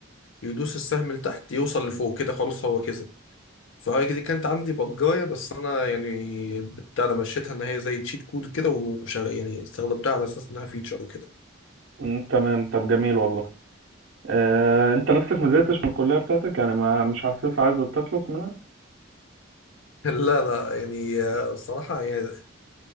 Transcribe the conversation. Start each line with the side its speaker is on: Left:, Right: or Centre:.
Left: يدوس السهم لتحت يوصل لفوق كده خلاص هو كسب فهي دي كانت عندي بجاية بس انا يعني بتاع أنا مشيتها ان هي زي تشيت كود كده وشغل يعني استخدمتها على اساس انها فيتشر وكده
Right: امم تمام طب جميل والله آه، انت نفسك ما زهقتش من الكلية بتاعتك يعني ما مش حاسس عايز تخلص منها
Left: <laughs> لا لا يعني آه، الصراحة يعني